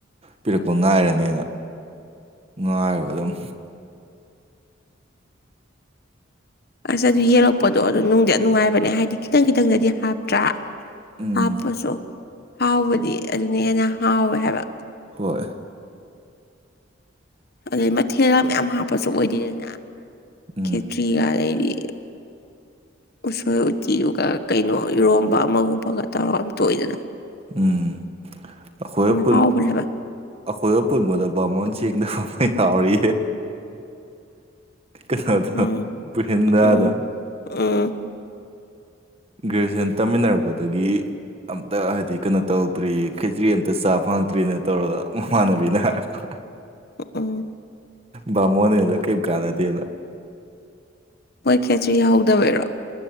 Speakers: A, on the right; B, on the left.
A: ꯄꯤꯔꯛꯄ ꯉꯥꯏꯔꯅꯤꯅ ꯉꯥꯏꯔꯒ ꯑꯗꯨꯝ
B: ꯑꯁ ꯑꯗꯨ ꯌꯦꯛꯂꯛꯄꯗꯣ ꯑꯗꯨ ꯅꯨꯡꯗꯤ ꯌꯥꯝ ꯅꯨꯡꯉꯥꯏꯕꯅꯦ ꯍꯥꯏꯗꯤ ꯈꯤꯇꯪ ꯈꯤꯇꯪꯗꯗꯤ ꯍꯥꯞꯄ ꯇ꯭ꯔꯥ
A: ꯎꯝ
B: ꯍꯥꯞꯄꯁꯨ ꯍꯥꯎꯕꯗꯤ ꯑꯗꯨꯅ ꯍꯦꯟꯅ ꯍꯥꯎꯋꯦ ꯍꯥꯏꯕ
A: ꯍꯣꯏ
B: ꯑꯗꯩ ꯃꯊꯦꯜꯒ ꯃꯌꯥꯝ ꯍꯥꯞꯄꯁꯨ ꯑꯣꯏꯗꯦꯗꯅ
A: ꯎꯝ
B: ꯈꯦꯇ꯭ꯔꯤꯒ ꯑꯗꯩꯗꯤ ꯎꯁꯣꯏ ꯎꯇꯤꯗꯨꯒ ꯀꯩꯅꯣ ꯏꯔꯣꯝꯕ ꯑꯃꯒꯨꯝꯕꯒ ꯇꯧꯔꯒ ꯇꯣꯏꯗꯅ
A: ꯎꯝ ꯑꯩꯈꯣꯏ ꯑꯥꯟ
B: ꯍꯥꯎꯕꯅꯦꯕ
A: ꯑꯈꯣꯏ ꯄꯨꯟꯕꯗ ꯕꯥꯃꯣꯟ ꯁꯦꯡꯗꯕ ꯑꯃ ꯌꯥꯎꯔꯤ ꯀꯩꯅꯣꯗꯣ
B: ꯎꯝ
A: ꯄꯨꯅꯤꯟꯗꯗꯣ
B: ꯎꯝ ꯎꯝ
A: ꯒ꯭ꯔꯦꯖꯨꯑꯦꯁꯟ ꯇꯝꯃꯤꯟꯅꯔꯛꯄꯗꯒꯤ ꯑꯝꯇ ꯍꯥꯏꯗꯤ ꯀꯩꯅꯣ ꯇꯧꯔꯛꯇ꯭ꯔꯤ ꯈꯦꯇ꯭ꯔꯤ ꯑꯃꯇ ꯆꯥꯕ ꯐꯪꯉꯛꯇ꯭ꯔꯤꯅ ꯇꯧꯔꯒ ꯃꯃꯥꯟꯅꯕꯤꯅ ꯍꯥꯏꯔꯛꯄ
B: ꯎꯝ
A: ꯕꯥꯃꯣꯟ ꯅꯦꯅ ꯀꯦꯝ ꯀꯅꯥꯗꯦꯅ
B: ꯃꯣꯏ ꯈꯦꯇ꯭ꯔꯤ ꯌꯥꯍꯧꯗꯕꯩꯔꯣ